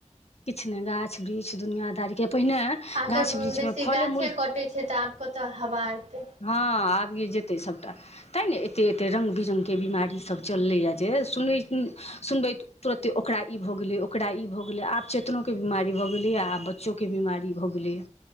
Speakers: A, on the left; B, on the right.
A: किछु ने गाछ वृक्ष दुनियांदारी के पहिने
B: आब
A: गाछ
B: तऽ
A: वृक्ष
B: बेसी
A: मे फले
B: गाछे
A: मूल
B: कटै छै तऽ आब कतऽ हवा एतै
A: हँ मर जेतै सभटा तैँ ने एतेक एतेक रङ्ग बिरङ्गके बीमारी सब चललैय जे सुनै सुनबै तुरते ओकरा ई भऽ गेलै ओकरा ई भऽ गेलै आब चेतनोके बीमारी भऽ गेलैएा आब बच्चोके बीमारी भऽ गेलैए